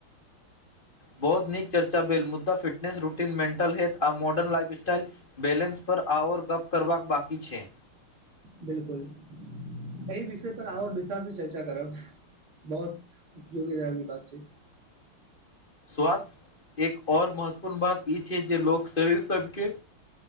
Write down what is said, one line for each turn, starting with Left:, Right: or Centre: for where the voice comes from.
Left: बहुत नीक चर्चा भेले मुद्दा फिटनेस रूटीन मेटल हेथ आ मॉर्न लाइफ स्टटाइल बैलेन्स पर आओर गप्प करबाक बकि छै।
Right: बिल्कूल। एहि विषय पर आओर विस्तारसँ चर्चा करब बहुत उपयोगी रहली बात छै।
Left: स्वास्थ्य एक ओर महत्वपूर्ण बात ई छै जे लोक शरीर सभके